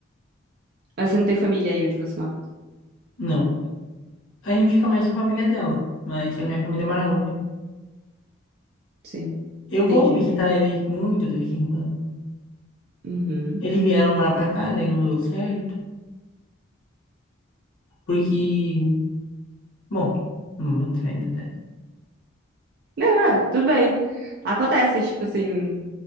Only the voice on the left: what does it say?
Não. A gente fica mais com a família dela. Mas a minha família mora longe.
Eu
vou visitar
ele muito de vez em quando.
Eles vieram morar pra cá, daí não deu certo. Porque. Bom, não vou entrar ainda até.